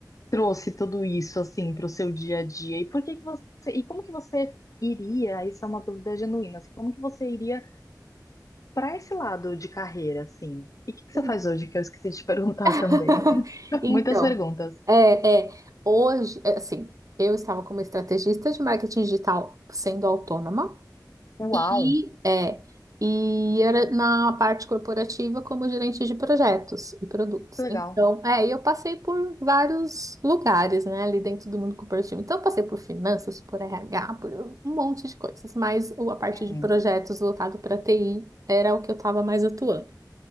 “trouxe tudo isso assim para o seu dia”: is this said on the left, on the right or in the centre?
Left